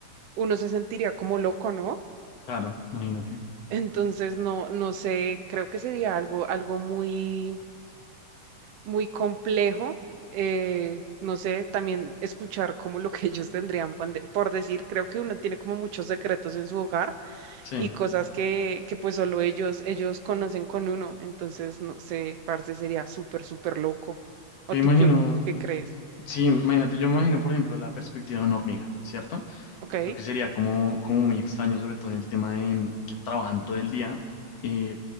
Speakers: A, on the right; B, on the left.
A: uno se sentiría como loco, ¿no?
B: claro, imagínate.
A: <laughs> Entonces, no, no sé, creo que sería algo, algo muy, muy complejo. eh, no sé, también escuchar como lo que ellos tendrían por de- por decir, creo que uno tiene como muchos secretos en su hogar
B: Sí,
A: y cosas que, que pues solo ellos, ellos conocen con uno. Entonces, no sé, parce, sería súper, súper loco. ¿O
B: yo
A: tú
B: imagino,
A: qué, tú qué crees?
B: Sí, imagínate, yo me imagino, por ejemplo, la perspectiva de una hormiga, ¿cierto?
A: ¿Ok?
B: Yo creo que sería como, como muy extraño, sobre todo en el tema de mm, que trabajan todo el día eh,